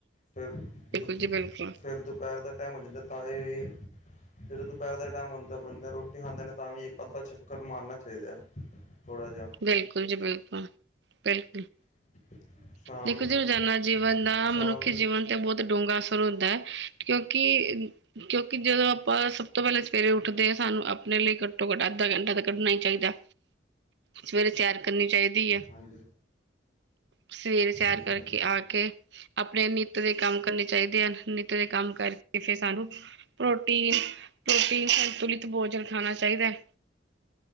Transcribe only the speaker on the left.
ਫਿਰ ਦੁੱ
ਫਿਰ ਦੁ ਦੁਪਹਿਰ ਦਾ ਟਾਈਮ ਹੋ ਜਾਂਦਾ, ਤਾ ਇਹ ਵੀ ਜਦੋਂ ਦੁਪਹਿਰ ਦਾ ਟਾਈਮ ਹੁੰਦਾ ਬੰਦੇ ਰੋਟੀ ਖਾਂਦਾ ਨਾ ਤਾਂ ਵੀ ਇੱਕ ਅੱਧਾ ਚੱਕ <inaudible> ਚਾਹੀਦਾ ਥੋੜ੍ਹਾ ਜਿਹਾ
<inaudible>
ਨੂੰ
ਸ਼ਾਮ
ਨੂੰ
ਹਾਂਜੀ।
ਹਾਂਜੀ
ਹਾਂਜੀ